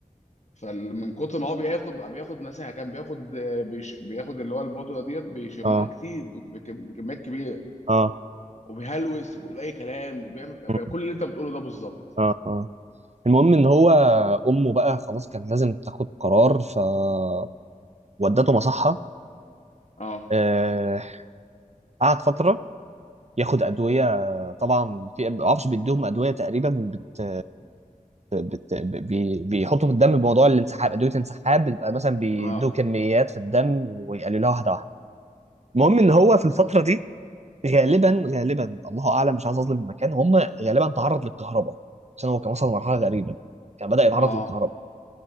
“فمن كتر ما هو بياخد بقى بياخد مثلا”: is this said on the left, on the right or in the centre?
Left